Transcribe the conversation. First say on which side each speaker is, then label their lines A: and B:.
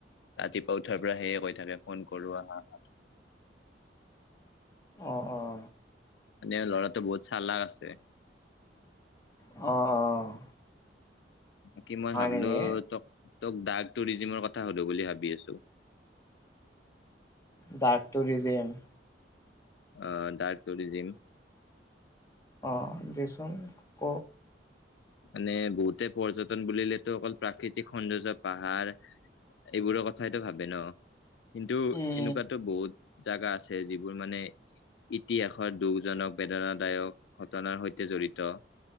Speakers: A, on the left; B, on the left.
A: ৰাতিপুৱা উঠাৰ পৰা সেয়ে কৈ থাকে ফোন কৰো আহা হা
B: অ অ
A: মানে ল'ৰাটো বহুত চাল্ লাাগ আছে
B: অ', অ'
A: বাকি মই
B: হয়
A: ভাবিলো
B: নেকি
A: ত তোক দাগ টুৰিজিমৰ কথা হলো বুলি ভাবি আছো।
B: Dark tourism.
A: অ' ডাৰ্ক টুৰিজিম।
B: অ' দিচোন ক।
A: মানে বহুতে পৰ্যটন বুলিলেতো অকল প্ৰাকৃতিক সৌন্দৰ্য পাহাৰ এইবোৰৰ কথাইতো ভাবে ন কিন্তু
B: উম
A: এনেকুৱাতটো বহুত জাগা আছে যিবোৰ মানে ইতিহাসত দুখজনক বেদনাদায়ক ঘটনাৰ সৈতে জড়িত।